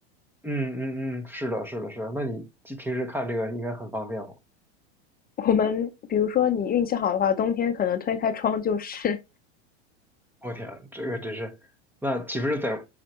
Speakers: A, in the centre; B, on the left.
A: 嗯嗯嗯，是的，是的，是的。那你平平时看这个应该很方便哦。
B: 我们比如说，你运气好的话，冬天可能推开窗就是，
A: 我天，这个真是，那岂不是在